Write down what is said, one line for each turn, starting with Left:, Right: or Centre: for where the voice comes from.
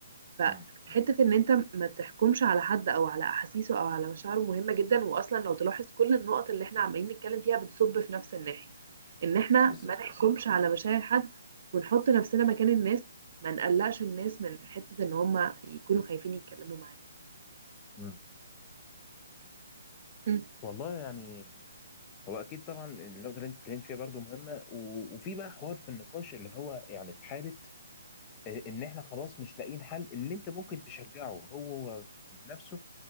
Right: فحتة
Left: مم. مم.
Right: ان انت ما تحكمش على حد او على احاسيسه او على مشاعره مهمة جدا واصلا لو تلاحظ كل النقط اللي احنا عمالين نتكلم فيها بتصب في نفس الناحية ان احنا
Left: بالظبط
Right: ما نحكمش
Left: اه
Right: على مشاعر حد ونحط نفسنا مكان الناس ما نقلقش الناس من حتة ان هم يكونوا خايفين يتكلموا معانا
Left: مم.
Right: مم.
Left: والله يعني هو اكيد طبعا النقطه اللي انت اتكلمت فيها برضو مهمه و... وفي بقى حوار في النقاش اللي هو يعني في حاله آه، ان احنا خلاص مش لاقيين حل ان انت ممكن تشجعه هو نفسه